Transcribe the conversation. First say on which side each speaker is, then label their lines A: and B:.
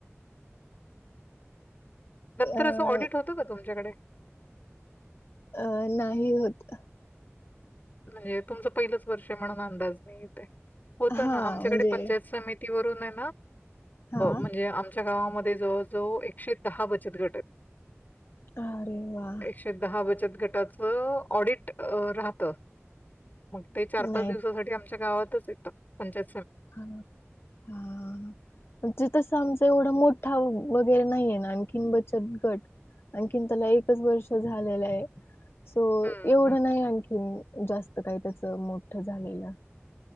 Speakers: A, on the left; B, on the left.
A: त तरर
B: अ
A: असं ऑडिट होतं का तुच्याकडे
B: अं नाही होत
A: म्हणजे तुमचं पहिलंच वर्ष म्हणून अंदाज नाही येते होत
B: हा
A: ना आमच्याकडे
B: म्हणजे
A: पंचायत समिती ून आहे
B: हा
A: म्हणजे आमच्या गा म जवळ जवळ एकशे दहा बचत गट आहेत
B: अरे वा
A: एकशे दहा बचत गटाच ऑडिट राहत मग ते चार
B: नाही
A: पाच दिवसासाठी आमच्या गावातच येतं पंचाय
B: हा हा तिथ समज एवढा मोठा वगैरे नाहीये ना आणखी बचत गट आणखीन त्याला एकच वर्ष झालेलं आहे सो
A: हं,
B: एवढं
A: हं.
B: नाही आणखीन जास्त काही त्याच मोठ झालेलं